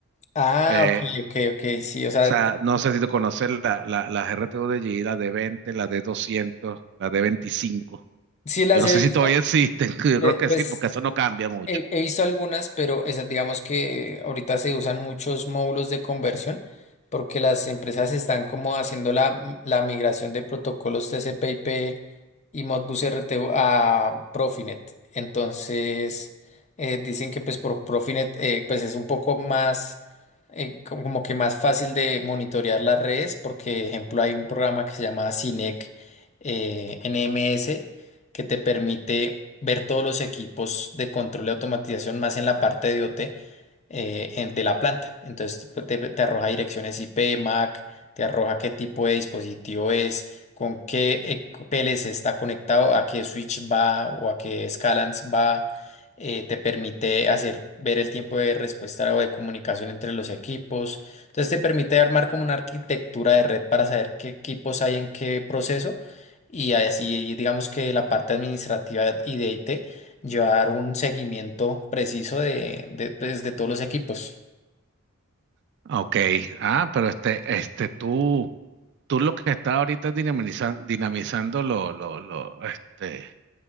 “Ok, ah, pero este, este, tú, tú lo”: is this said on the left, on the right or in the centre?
Right